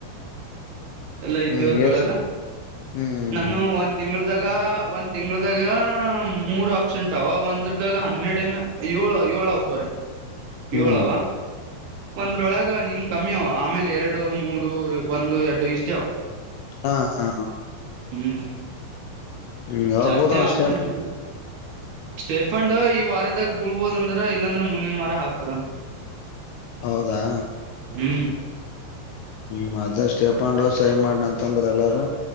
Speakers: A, on the left; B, on the right.
A: <inaudible>
B: ಎಲ್ಲಾ ಇದ್ದೀವ ಅದ್ರೊಳಗ
A: ಎಸ್ ಹ್ಮ್
B: ನನ್ನು ಒಂದ್ ತಿಂಗಳ ಗ ಒಂದ್ ತಿಂಗಳದಾಗ ಮೂರ್ ಆಪ್ಷಂಟ್ ಅವ ಒಂದ್ರದಾಗ ಹನ್ನೆರಡನ. ಏಳವ ಎಳವ ಸ್ವಾರಿ
A: ಹ್ಮ್
B: ಏಳವ. ಒಂದ್ರೊಳಗ ಹಿಂಗ್ ಕಮ್ಮಿ ಅವ ಆಮೇಲ ಎರಡು ಮೂರು ಒಂದು ಎಡ್ಡು ಇಷ್ಟೇ ಅವ.
A: ಹಾ ಹಾ
B: ಹ್ಮ್
A: ಹ್ಮ್ ಯಾವಾಗ
B: ಜಾಸ್ತಿ
A: ಬೋದು ಒಂದ್
B: ಆಪ್ಸೆಂಟ್
A: ಸ್ಟೇಪ್
B: ಇಲ್. ಸ್ಟೇಫಂಡ್ ಈ ವಾರದಾಗ ಬೀಳ್ಬೋದ ಅಂದರ ಇಲ್ಲಾಂದ್ರ ಮುಂದಿನ ವಾರ ಹಾಕ್ತಾರ ಅಂತ.
A: ಹೌದಾ
B: ಹ್ಮ್
A: ಹ್ಮ್ ಅದ ಸ್ಟೇಫಂಡ ಸೈ ಮಾಡನ ಅಂತಂದ್ರ ಎಲ್ಲಾರೂ.